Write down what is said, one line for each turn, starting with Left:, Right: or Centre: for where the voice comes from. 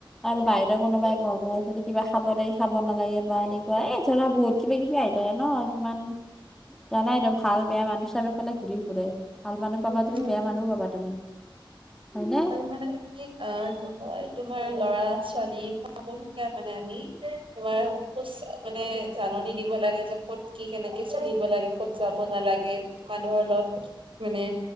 Centre: আৰু বাহিৰৰ কোনোবাই কয় যদি কিবা খাব দিয়ে খাব নালাগে বা এনেকুৱা এই ধৰা বহুত কিবা কিবি আহ। ন ইমান জানাই একদম ভাল বেয়া মানুহ চানুহ ফালে ঘূৰি ফুৰে ভাল মানুহ পাবা
Right: উম
Centre: তুমি বেয়া মানুহও পাবা তুমি হয় নে।
Right: আৰু মানে তুমি আহ কি কয় তোমাৰ ল'ৰা ছোৱালী সকলোকে মানে আমি তোমাৰ সুচ মানে জাননী দিব লাগে যে ক'ত কি কেনেকে চলিব লাগে ক'ত যাব নালাগে মানুহৰ লগত মানে